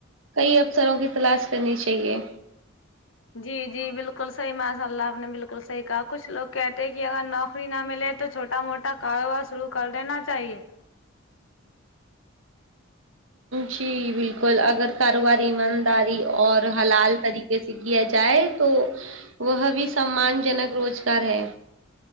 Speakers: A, on the right; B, on the left.
A: کئی افسروں کی تلاش کرنی چاہیے
B: جی جی بالکل صحیح ماشا اللہ آپ نے بالکل صحیح کہا کچھ لوگ کہتے کہ اگر نوکری نہ ملے تو چھوٹ چھوٹا موٹا کاروبار شروع کر دینا چاہیے
A: جی بالکل اگر کاروباری ایمانداری اور حلال طریقے سے کیا جائے تو وہ بھی سمان جنک روزگار ہے